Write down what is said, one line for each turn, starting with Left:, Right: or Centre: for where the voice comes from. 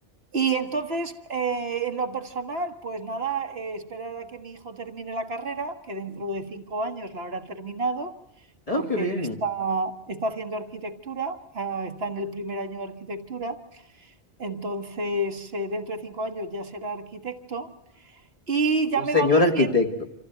Right: Y entonces, eh, en lo personal, pues nada, eh, esperar a que mi hijo termine la carrera, que dentro de cinco años la habrá terminado,
Left: Oh,
Right: porque
Left: qué bien.
Right: está, está haciendo arquitectura, ah, está en el primer año de arquitectura, entonces eh, dentro de cinco años ya será arquitecto y ya
Left: Un
Right: me va
Left: señor
Right: diciendo
Left: arquitecto.